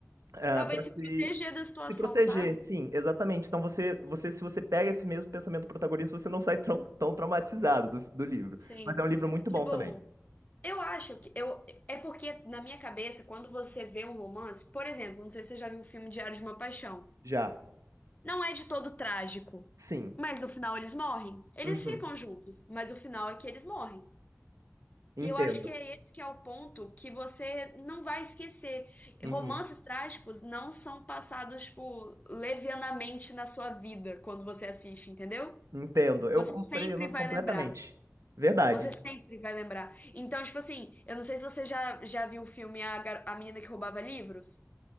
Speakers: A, on the right (about 85°); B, on the left (about 30°).
A: ah,
B: Talvez
A: pra se,
B: se proteger da situação,
A: se proteger.
B: sabe?
A: Sim, exatamente. Então você, você, se você pega esse mesmo pensamento protagonista, você não sai tão, tão traumatizado do, do livro.
B: Sim.
A: Mas é um livro muito
B: Tipo,
A: bom também.
B: eu acho que eu é porque na minha cabeça, quando você vê um romance, por exemplo, não sei se você já viu o filme Diário de uma Paixão.
A: Já.
B: Não é de todo trágico,
A: Sim.
B: mas no final eles morrem. Eles
A: Uhum.
B: ficam juntos, mas o final é que eles morrem.
A: Entendo.
B: E eu acho que é esse que é o ponto que você não vai esquecer.
A: Uhum.
B: Romances trágicos não são passados, tipo, levianamente na sua vida quando você assiste, entendeu?
A: Entendo. Eu
B: Você
A: compreendo
B: sempre vai
A: completamente.
B: lembrar.
A: Verdade.
B: Você sempre vai lembrar. Então, tipo assim, eu não sei se você já, já viu o filme A, Gar- A Menina que Roubava Livros.